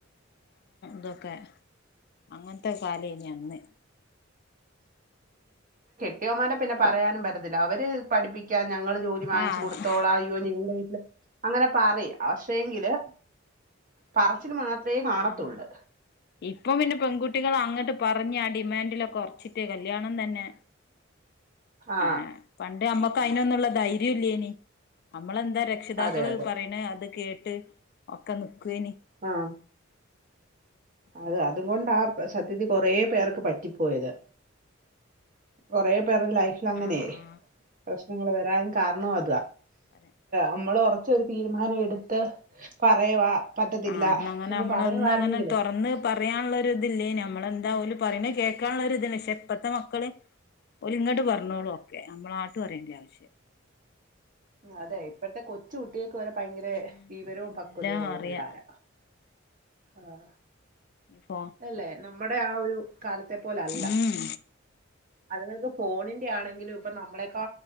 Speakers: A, on the left (about 50°); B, on the right (about 45°).
A: തൊക്കെ അങ്ങനത്തെ കാലായിന്ന് അന്ന്.
B: ട്ടിയോൻമാരെ പിന്നെ പറയാനും പറ്റത്തില്ല അവര് പഠിപ്പിക്കാൻ ഞങ്ങൾ ജോലി വാങ്ങിച്ചു
A: ആഹ്
B: കൊടുത്തോള അയ്യോ നിങ്ങടെ വീട്ടില് അങ്ങനെ പറയും പക്ഷേങ്കില് പറച്ചില് മാത് ത്രേ കാണത്തുള്ള്.
A: ആഹ് ഇപ്പം പിന്നെ പെൺകുട്ടികൾ അങ്ങട്ട് പറഞ്ഞ് ഡിമാൻഡില് ഒക്കെ കുറച്ചിട്ടെ കല്യാണം ണം തന്നെ
B: ആ
A: ആഹ് പണ്ട് നമ്മക്ക് അതിനനൊന്നുള്ള ധൈര്യ ഇല്ലേനി നമ്മളെന്താ രക്ഷിതാക്കള്
B: അതെ അതെ
A: പറയണ അത് കേട്ട് ഒക്കെ നിക്കൊനി
B: ആഹ്
A: ഉം
B: അത് അത് കൊണ്ടാ സത്യത്തിൽ കുറെ പേർ പറ്റിപ്പോയത് കുറ ലൈഫിൽ അങ്ങനെയ
A: ആഹ് ആഹ്
B: ഞങ്ങള് വരാ കാരണം
A: ഉം
B: അത
A: പറ
B: നമ്മള് തീരു മാന എടുത്ത പറയുവാ പറ്റത്തില്ല
A: ആ അന്നങ്ങനെ
B: എന്ന്
A: നമ്മളന്നും
B: പറയുവായിരുന്നെങ്കിലേ
A: അങ്ങനെ തുറന്ന് പറയാനുള്ള ഇതില്ലേ നമ്മളെന്താ പറയ കേൾക്കാനുള്ള ഇല്ല പക്ഷെ ഇപ്പഴത്തെ മക്കള് ഇങ്ങോട്ട് പറഞ്ഞോളൂ ഒക്കെ നമ്മളാട്ട് പറയേണ്ട ആവശ്യം
B: അതെ
A: ഉം
B: ഇപ്പഴത്തെ കൊ കുട്ടികക്ക് വരെ ഭയങ്കര
A: ഉം
B: വിവരവും
A: എല്ലാം
B: പക്വതയും ഉള്ള
A: അറിയാ
B: പിള്ളോരാണ് ആഹ
A: ഇപ്പോ
B: അല്ലേ ന നമ്മുടെ ആ ഒരു കാലത്തെ പോലല്ല
A: ഉം
B: അത്ങ്ങൾക്ക് ഫോണിന്റെറെ ആണെങ്കിലും ഇപ്പ നമ്മളെ